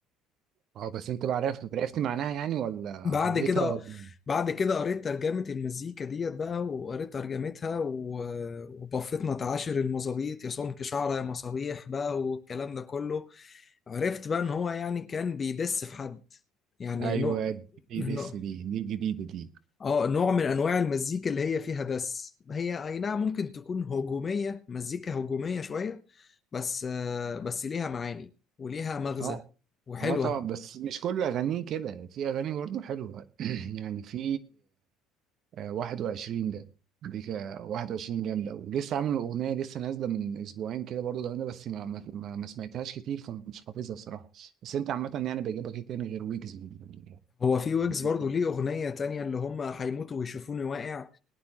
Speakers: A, on the right (about 55°); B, on the left (about 35°).
A: اه بس انت بقى عرفت عرفت معناها يعني ولا
B: بعد
A: حبيتها
B: كده
A: ولا
B: بعد كده قريت ترجمة المزيكا ديت بقى وقريت ترجمتها و- وبفتنا تعاشر المظابيط يا سمك شعرة يا مصابيح بقى والكلام ده كله عرفت بقى ان هو يعني كان بيدس في حد يعني
A: ايوه
B: نوع
A: جديد
B: نوع
A: لسه دي دي جديده دي
B: اه نوع من انواع المزيكا اللي هي فيها دس هي اي نعم ممكن تكون هجومية مزيكا هجومية شوية بس آه، بس ليها معاني وليها مغزى
A: اه
B: وحلوة
A: اه طبعا بس مش كل اغانيه كده في اغاني برضه حلوه <clears throat> يعني في آه، 21 ده دي كا- 21 جامده ولسه عامل اغنيه لسه نازله من اسبوعين كده برضه جامده بس ما, ما, ما ما سمعتهاش كتير فمش حافظها الصراحه بس انت عامه يعني بيعجبك ايه تاني غير ويجز من- من
B: هو في ويجز
A: الناس
B: برضو
A: دي؟
B: ليه أغنية تانية اللي هم هيموتوا ويشوفوني واقع